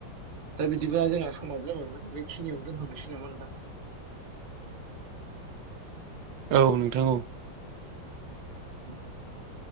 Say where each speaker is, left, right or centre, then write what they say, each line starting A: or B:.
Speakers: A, on the right; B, on the right.
A: दा बिदिबा जोंहा समाब जाबायोन बेखिनियावनो दोनथ'नोसै नामा नोंथां <unintelligible>
B: औ नोंथां औ
A: <unintelligible>